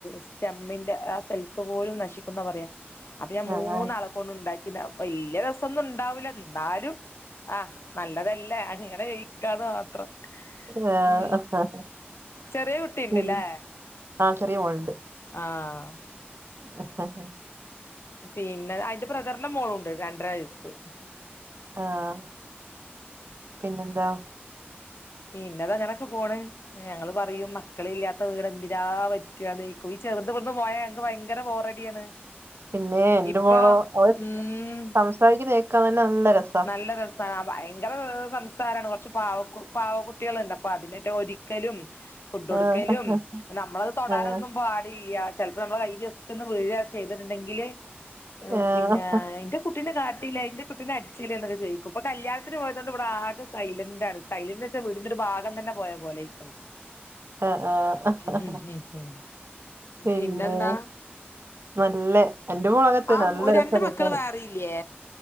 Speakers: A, on the left; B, on the right.
A: സ്റ്റെമ്മിന്റെ ആ സെെസ് പോലും നശിക്കുന്ന പറയാ അപ്പൊ ഞാൻ
B: ആ
A: മൂന്നാളക്കൊണ്ട്
B: ആ
A: ഉണ്ടാക്കി വല്ല്യ രസൊന്നും ഉണ്ടാവൂല ന്നാലും ആഹ് നല്ലതല്ലേ അങ്ങനെ കയിക്കാന്ന് മാത്രം
B: ആഹ്
A: ഉം
B: <unintelligible>
A: ചെറിയ കുട്ടിയുണ്ട്ല്ലേ
B: <unintelligible>
A: ആഹ് പിന്നെ ആഹ് ന്റെ ബ്രദറിന്റെ മോളുണ്ട് രണ്ടര വയസ്സ്
B: ആഹ് പിന്നെന്താ
A: പിന്നെതങ്ങനൊക്കെ പോണ് ഞങ്ങള് പറയും മക്കളില്ലാത്ത വീട് എന്തിനാ വ <unintelligible> ഈ ചെറുതുവിടന്ന് പോയാ ങ്ങക്ക് ഭയങ്കര ബോറടിയാണ്
B: പിന്നെ എന്റെ
A: ഇപ്പൊ
B: മോളോ അവര്
A: ഉം
B: സംസാരിക്കുന്ന കേക്കാൻ തന്നെ നല്ല രസ
A: നല്ല രസാന ഭയങ്കര സം സാരാണ് കുറച്ച് പാവകു പാവ കുട്ടികൾണ്ട് അപ്പൊ അതിനിട്ട് ഒര്ക്കലും ഫുഡ് കൊടുക്കലും
B: ആഹ് ആഹ്
A: നമ്മളത് തൊടാനൊന്നും
B: ആഹ്
A: പാടില്ല. ചിലപ്പോ നമ്മള കയ്യിൽ ജെസ്റ്റാന്ന് വീഴ ചെയ്തിട്ടുെങ്കില്
B: ആഹ്
A: പിന്നെ എന്റെ കുട്ടീനെ കാട്ടിലെ ഇന്റെ കുട്ടീനേ അ ചോദിക്കും പ്പൊ കല്യാത്തിന് പോയതുകൊണ്ട് ഇടെ ആകെ സൈലന്റണ് സൈലന്റ്ന്ന് വെച്ചൽ വീടിന്റെ ഒരു ഭാഗം തന്നെ പോയ പോലെ ആയി ഉം
B: ആഹ് ആഹ്
A: ഹ് ഹ് ഹ്
B: പിന്നെ
A: പിന്നെന്താ
B: നല്ല എന്റെ മോളകത്തെ
A: ആ
B: നല്ല രസ
A: രണ്ട്
B: കേക്കാന്.
A: മക്കള് വേറെയില്ലേ